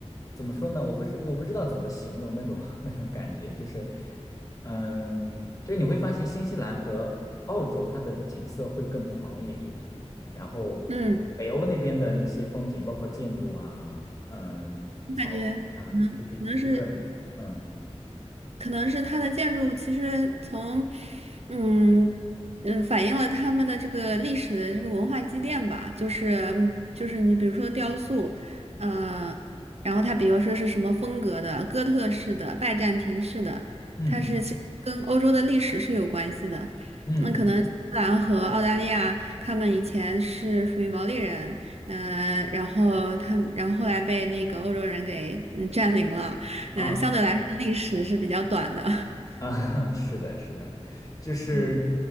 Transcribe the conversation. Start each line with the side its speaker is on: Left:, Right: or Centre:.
Left: 怎么说呢？我不知我不知道怎么形容那种 <laughs> 那种感觉，就是，嗯，就是你会发现新西兰和澳洲它的景色会更狂野一点，然后北欧那边的一些风景，
Right: 嗯，
Left: 包括建筑啊，嗯，
Right: 我感觉嗯。
Left: 草原啊，会比会更那个，
Right: 能可能是
Left: 嗯
Right: 可能是它的建筑其实从，嗯嗯，反映了他们的这个历史的这个文化积淀吧，就是嗯就是你比如说雕塑，呃，然后它比如说是什么风格的，哥特式的、拜占庭式的，
Left: 嗯嗯
Right: 它是其实跟欧洲的历史是有关系的。
Left: 嗯嗯
Right: 那可能新西兰和澳大利亚，他们以前是属于毛利人，嗯，然后他们，然后后来被那个欧洲人给嗯占领了。呃，
Left: 啊。
Right: 相对来说历史是比较短的。<laughs>
Left: 啊，<laughs> 是的，是的，就是，
Right: 嗯